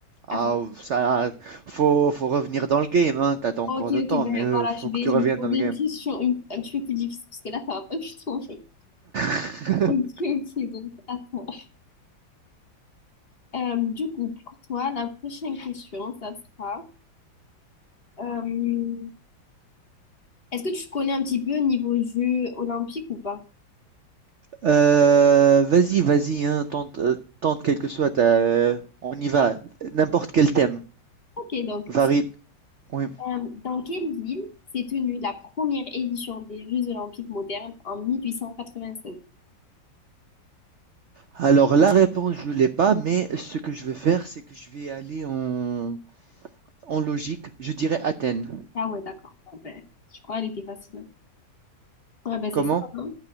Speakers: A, on the right (about 75°); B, on the left (about 35°).
A: Ah
B: Attends.
A: ça, faut faut revenir dans le game, hein, tu as encore
B: Ok, ok,
A: le temps,
B: ben
A: mais heu,
B: voilà,
A: faut
B: je vais,
A: que tu
B: je
A: reviennes
B: vais poser
A: dans le game.
B: une question une- un petit peu plus difficile, parce que là, ça va pas du tout en fait.
A: <laughs>
B: Ok, ok, donc attends. Euh, du coup, pour toi, la prochaine question, ça sera... euh, est-ce que tu connais un petit peu niveau Jeux olympiques ou pas?
A: Euh, vas-y, vas-y, hein, tente, euh, tente quelle que soit ta... euh, on y va. N'importe quel thème.
B: Ok, donc,
A: Varie. Oui.
B: euh, dans quelle ville s'est tenue la première édition des Jeux olympiques modernes en mille huit cent quatre-vingt-seize
A: Alors, la réponse, je l'ai pas, mais ce que je vais faire, c'est que je vais aller en, en logique. Je dirais Athènes.
B: Ah ouais, d'accord. Ah ben, je crois qu'elle était facile. hein. Ouais, ben
A: Comment?
B: c'est ça, hein?